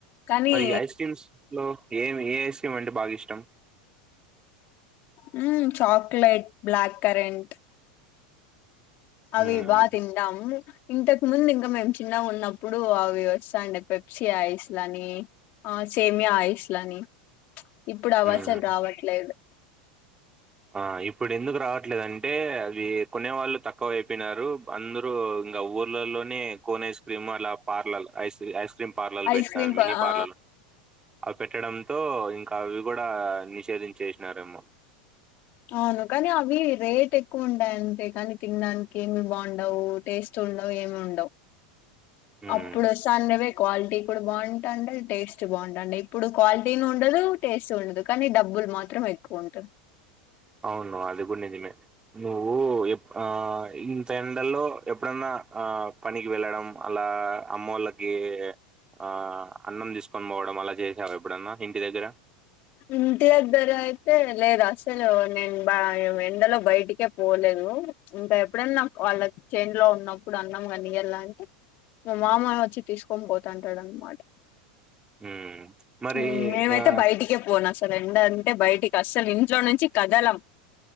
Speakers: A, on the left; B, on the right.
A: కానీ
B: మరి ఈ ఐస్ క్రీమ్స్‌లో ఏమి ఏ ఐస్ క్రీమ్ అంటే బాగా ఇష్టం
A: ఉమ్మ్ చాక్లేెట్ బ్లాక్ కరెంట్ అవి
B: హ్మ్
A: బా తింటాం ఇంతకు ముందు ఇంకా మేము చిన్నగా ఉన్నప్పుడు అవి వస్తాండే పెప్సీ ఐస్ లని ఆ సేమి ఐస్ లని ఇప్పుడు అవి
B: హ్మ్
A: అసలు రావట్లేదు
B: ఆ ఇప్పుడు ఎందుకు రావట్లేదంటే అవి కొనే వాళ్ళు తక్కువ అయిపోయినారు అందరుూ ఇంకా ఉ ర్లలోనే కోన్ ఐస్ క్రీమ్ అలా పార్లల్ ఐస్ ఐస్ క్రీమ్ పార్లర్లు
A: ఐస్
B: పెట్టినారు
A: క్రీమ్ ప
B: మిని
A: ఆ
B: పార్లర్లు అవి పెట్టడంతో ఇంకా అవి కూడా నిషేధించేసినారేమో
A: అవును కానీ అవి రేట్ ఎక్కువ ఉంటయ్ అంతే కానీ తినడానికి ఏమి బాండవు టేస్ట్ ఉండవు ఏం ఉండవు
B: హ్మ్
A: అప్పుడు వస్తాండేవే క్వాలిటీ అప్పుడు బాగుంటాండే టేస్ట్ బాగుంటండే ఇప్పుడు క్వాలిటీని ఉండదు టేస్ట్ ఉండదు కానీ డబ్బులు మాత్రం ఎక్కువ ఉంటుది
B: అవును అది కూడా నిజమే నువ్వు ఎప్ ఆ ఇంత ఎండలో ఎప్పుడన్నా ఆ పనికి వెళ్ళడం అలా అమ్మ వాళ్ళకి ఆ అన్నం తీసుకొని పోవడం అలా చేసావా ఎప్పుడన్నా ఇంటి దగ్గర
A: ఇంటి దగ్గర అయితే లేదు అసలు నేను బా ఎండలో బయటికే పో లేదు ఇంకా ఎప్పుడన్నా వాళ్ళకి చేన్లో ఉన్నప్పుడు అన్నాం కానీ ఇయాలంటే మా మామనే వచ్చి తీసుకొని పోతంటాడు అన్నమాట
B: మ్మ్ మరి
A: ఉమ్మ్ మేమైతే
B: ఆ
A: బయటి కే పోను అసలు ఎండంటే బయటికి అస్సలు ఇంట్లో నుంచి కదలం